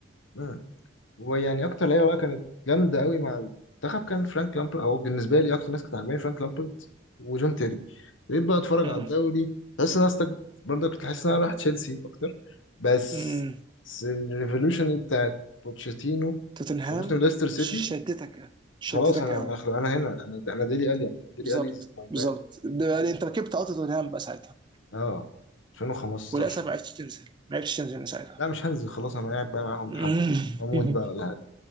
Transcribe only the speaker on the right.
أمم.
أمم.
توتنهام
ش- شدتك
شدتك
قوي
انت
بالظبط
بالظبط ده يعني انت ركبت قطر توتنهام بقى ساعتها
وللاسف ما عرفتش تنزل ما عرفتش تنزل من ساعتها
<laughs>